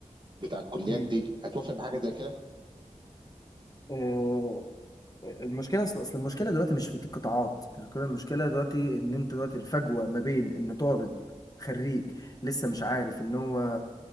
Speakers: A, on the right (about 35°); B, on the left (about 25°).
A: بتاع الكليات
B: امم
A: دي هتوافق بحاجه زي كده
B: آه، المشكله اصل أصل المشكله دلوقتي مش في القطاعات المشكله دلوقتي ان انت دلوقتي الفجوه ما بين ان طالب خريج لسه مش عارف ان هو